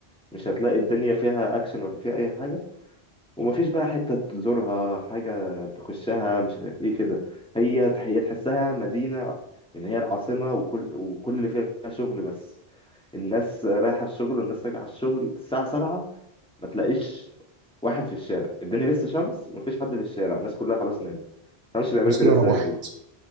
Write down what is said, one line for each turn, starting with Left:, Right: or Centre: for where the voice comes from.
Centre: مش هتلاقي الدنيا فيها اكشن ولا فيها اي حاجه ومفيش بقى حتة تزورها حاجة تخشها مش عارف ايه كده هي هي تحسها مدينة يعني هي العاصمة وكل وكل اللي فيها شغل بس الناس رايحة الشغل والناس راجعة الشغل الساعة سبعة ما تلاقيش واحد في الشارع الدنيا لسه شمس ومفيش حد في الشارع الناس كلها خلاص نامت ما مش بيعملوا
Right: الناس
Centre: كده
Right: كلها
Centre: ازاي
Right: روحت
Centre: والله